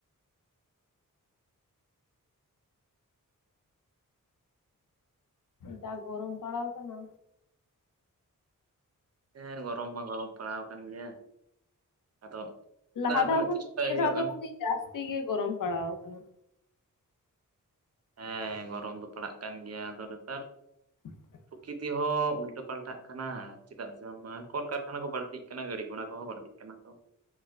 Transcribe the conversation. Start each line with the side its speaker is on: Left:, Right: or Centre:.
Left: ᱡᱟᱜ ᱜᱚᱨᱚᱢ ᱯᱟᱲᱟᱣ ᱠᱟᱱᱟ᱾
Right: ᱦᱮᱸ ᱜᱚᱨᱚᱢ ᱢᱟ ᱜᱚᱨᱚᱢ ᱯᱟᱲᱟᱣ ᱟᱠᱟᱱ ᱜᱮᱭᱟ᱾ ᱟᱫᱚ
Left: ᱞᱟᱦᱟ
Right: ᱡᱟᱦᱟᱸ ᱛᱤᱱᱟᱹᱜ
Left: ᱫᱷᱟᱣ ᱠᱷᱚᱱ
Right: ᱪᱮᱥᱴᱟᱭ
Left: ᱱᱤᱭᱟᱹ
Right: ᱦᱩᱭᱩᱜᱼᱟ᱾
Left: ᱫᱷᱟᱣ ᱫᱚ ᱠᱟᱹᱴᱤᱡ ᱡᱟᱹᱥᱛᱤ ᱜᱮ ᱜᱚᱨᱚᱢ ᱯᱟᱲᱟᱣ ᱟᱠᱟᱱᱟ᱾
Right: ᱦᱮᱸ ᱜᱚᱨᱚᱢ ᱫᱚ ᱯᱟᱲᱟᱜ ᱠᱟᱱ ᱜᱮᱭᱟ ᱟᱫᱚ ᱱᱮᱛᱟᱨᱼᱼ
Left: <inaudible>
Right: ᱯᱨᱚᱠᱨᱤᱛ ᱦᱚᱸ ᱩᱞᱴᱟᱹ ᱯᱟᱞᱴᱟᱜ ᱠᱟᱱᱟ ᱪᱮᱫᱟᱜ ᱥᱮ ᱵᱟᱝ ᱠᱚᱨᱠᱷᱟᱱᱟ ᱠᱚ ᱵᱟᱹᱲᱛᱤᱜ ᱠᱟᱱᱟ ᱜᱟᱹᱰᱤ ᱜᱷᱚᱲᱟ ᱠᱚᱦᱚᱸ ᱵᱟᱹᱲᱛᱤᱜ ᱠᱟᱱᱟ᱾ ᱠᱟᱱᱟ ᱠᱚᱚ